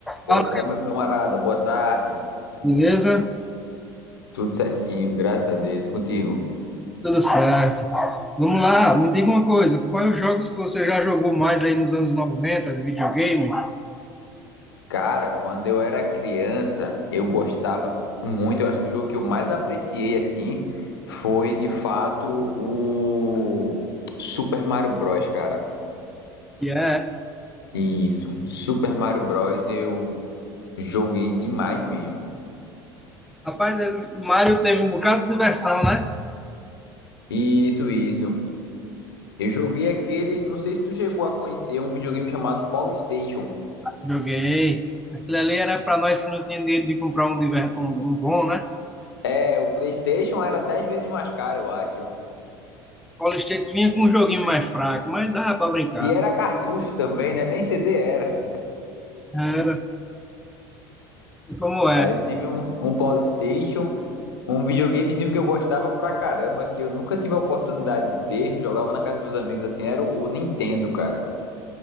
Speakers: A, on the left; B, in the centre.
A: Opa,
B: Fala,
A: meu camarada, boa tarde.
B: beleza?
A: Tudo certinho, graças a Deus. E contigo?
B: Tudo certo. Vamos lá, me diga uma coisa, quais os jogos que você já jogou mais aí nos anos 90 de videogame?
A: Cara, quando eu era criança, eu gostava muito. Eu acho que o jogo que eu mais apreciei, assim, foi de fato o Super Mario Bros, cara.
B: Que é,
A: Isso, Super Mario Bros eu joguei demais mesmo.
B: rapaz, ele- o Mario teve um bocado de diversão, né?
A: Isso, isso. Eu joguei aquele, não sei se tu chegou a conhecer, um videogame chamado PlayStation.
B: Joguei. Aquilo ali era para nós que não tinha dinheiro de comprar um, diver- um, um bom, né?
A: É, o PlayStation era 10 vezes mais caro, eu acho.
B: Call State vinha com um joguinho mais fraco, mas dava para brincar.
A: E era cartucho também, né? Nem CD era.
B: Era. E como é?
A: Aí eu tive um, um Polystation, um videogamezinho que eu gostava pra caramba, que eu nunca tive a oportunidade de ter. Jogava na casa dos amigos assim, era o, o Nintendo, cara.